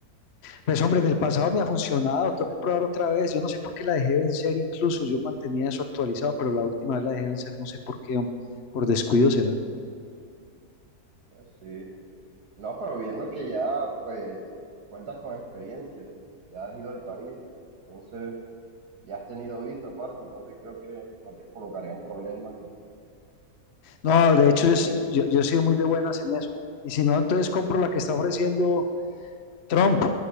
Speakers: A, on the left (about 50°); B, on the right (about 75°).
A: Pues hombre, en el pasado me ha funcionado, tengo que probar otra vez, yo no sé por qué la dejé vencer, incluso yo mantenía eso actualizado, pero la última vez la dejé vencer, no sé por qué, hombre, por descuido será.
B: Ah, sí. No, pero viendo que ya, pues, cuentas con experiencia, ya has ido al país, entonces, ya has tenido visa aparte, entonces creo que no te colocarían problemas en
A: No,
B: en
A: de
B: ese
A: hecho,
B: aspecto.
A: yo, sí- yo, yo he sido muy de buenas en eso. Y si no, entonces compro la que está ofreciendo Trump.